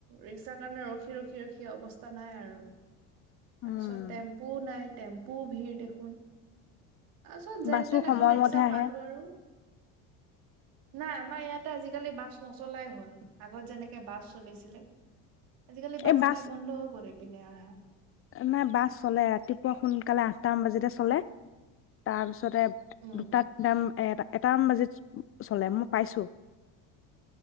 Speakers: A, on the right; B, on the left.
A: ৰিক্সাৰ কাৰণে ৰখি ৰখি ৰখি অৱস্থা নাই আৰু। তাৰপিছত
B: উম
A: টেম্পুও নাই। টেম্পুও ভিৰ দেখোন তাৰপাছত যেন
B: বাছো
A: তেন
B: সময়মতহে
A: এখন ৰিক্সা
B: আহে
A: পালো আৰু নাই আমাৰ ইয়াতে আজিকালি বাছ নচলাই হ'ল আগত যেনেকে বাছ চলিছিলে আজিকালি
B: এই
A: বিলাক
B: বাছ
A: বন্ধ হৈ গ'ল এইপিনে আহা
B: নাই বাছ চলে ৰাতিপুৱা সোনকালে সাতটা মান বজাতে চলে তাৰপিছত তাতে
A: উম
B: দুটা তিনিটা মান এটামান বাজিত চলে মই পাইছো